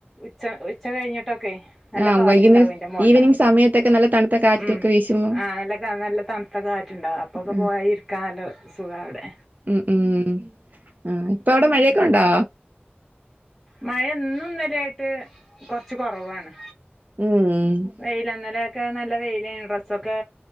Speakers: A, in the centre; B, on the right.
A: ഉച്ച ഉച്ച കഴയ്ഞ്ഞ്ട്ടൊക്കെ നല്ല
B: ആ
A: കാറ്റ്ണ്ടാവും
B: വൈകുന്നേരം
A: അയ്ന്റെ മോൾല്.
B: ഈവനിങ് സമയത്തൊക്കെ നല്ല തണുത്ത കാറ്റൊക്കെ
A: ഉം
B: വീശുമ്പോ
A: ആഹ് നല്ല കാ നല്ല തൺത്ത കാറ്റ്ണ്ടാവും അ അപ്പൊക്കെ
B: ഉം.
A: പോയിരിക്കാലോ സുഖാ അവ്ടെ.
B: ഉം ഉം ആഹ്, ഇപ്പ അവിടെ മഴയൊക്കെ ഉണ്ടോ?
A: മയ ഇന്നും ഇന്നലായ്ട്ട് കൊർച്ച് കൊറവാണ്.
B: ഊം
A: വെയില, ഇന്നലെയൊക്കെ നല്ല വെയിലേനു, ഡ്രസ്സൊക്കെ